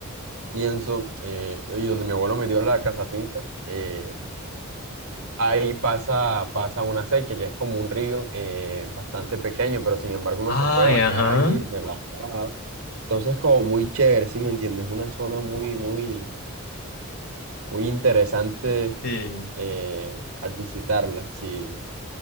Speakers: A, on the right (about 75°); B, on the left (about 75°).
A: pienso eh, y donde mi abuelo me dio la casa finca, eh, ahí pasa, pasa una sequía que es como un río eh, bastante pequeño, pero sin embargo uno
B: Ay,
A: se puede bañar
B: ajá.
A: ahí relajado. Entonces, como muy chévere, si me entiendes? Una zona muy, muy, muy interesante
B: sí.
A: eh, al visitarla. Sí,